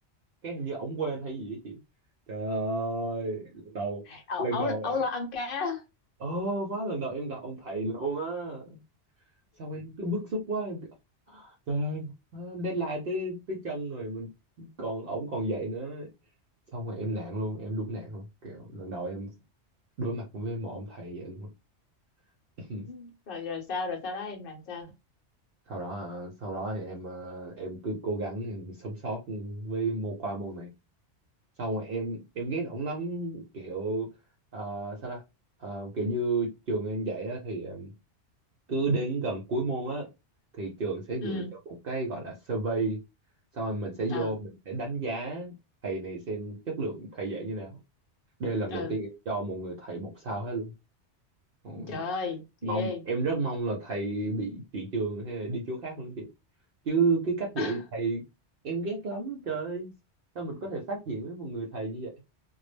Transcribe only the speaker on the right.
cái hình như ổng quên hay gì á chị trời ơi lần đầu
lần
đầu
Ồ, má lần đầu em gặp ông thầy luôn á. Xong em cứ bức xúc quá em kiểu, trời ơi, má, deadline tới tới chân rồi mình còn ổng còn dạy nữa. Xong rồi em nạn luôn, em đúng nạn luôn. Kiểu lần đầu em đối mặt với một ông thầy vậy luôn. á. <clears throat>
Sau đó à, sau đó thì em à, em cứ cố gắng em sống sót với môn qua môn này. Xong rồi em em ghét ổng lắm, kiểu à, sao ta? À, kiểu như trường em dạy á, thì à, cứ đến gần cuối môn á thì trường sẽ gửi
cho một cái gọi là survey xong rồi mình sẽ
vô mình sẽ đánh giá thầy này xem chất lượng thầy dạy như nào đây là lần
đầu tiên em cho một người thầy một sao hết luôn Ôi,
mong
em rất mong là thầy bị chuyển trường hay là đi chỗ khác luôn chị chứ cái cách dạy
thầy em ghét lắm trời ơi. sao mình có thể phát triển với một người thầy như vậy